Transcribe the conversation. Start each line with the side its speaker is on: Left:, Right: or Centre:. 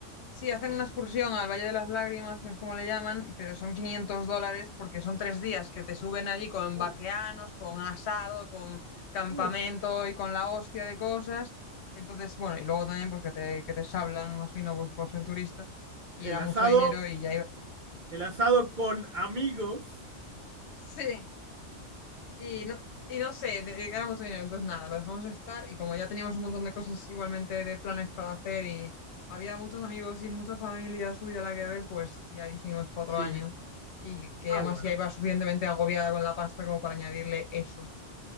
Left: Sí, hacen
Right: Sí.
Left: una excursión al Valle de las Lágrimas, que es como le llaman, pero son 500 dólares porque son tres días que te suben allí con
Right: Uf,
Left: vaqueanos, con asado, con campamento
Right: uf.
Left: y con la hostia de cosas. Entonces, bueno, y luego también pues que te, que te sablan, imagino, pues por ser turista.
Right: El
Left: Y era
Right: asado,
Left: mucho dinero y ya iba.
Right: el asado con amigos.
Left: <laughs> Sí. Y no, y no sé, de- era mucho dinero, entonces nada, lo dejamos estar y como ya teníamos un montón de cosas igualmente de planes para hacer y había muchos amigos y mucha familia suya a la que ver, pues ya dijimos para
Right: Sí.
Left: otro año y que
Right: Ah,
Left: además
Right: bueno,
Left: ya iba suficientemente agobiada con la pasta como para añadirle eso.